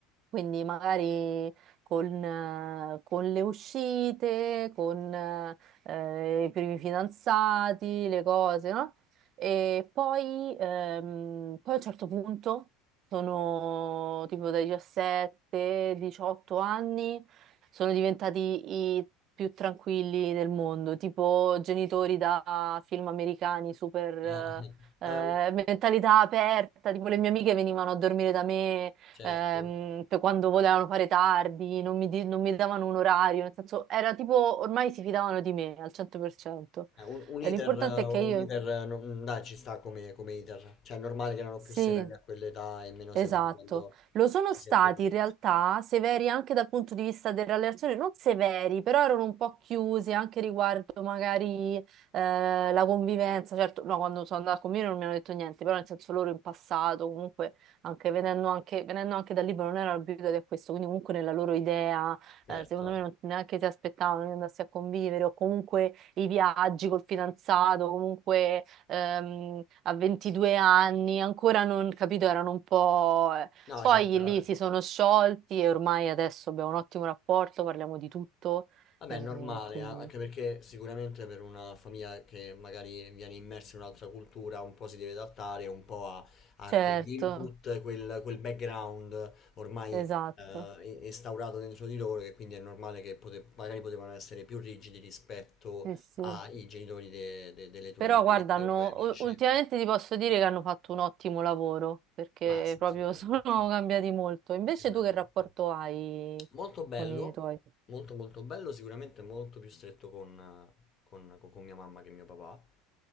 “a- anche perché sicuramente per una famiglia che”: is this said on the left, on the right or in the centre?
Left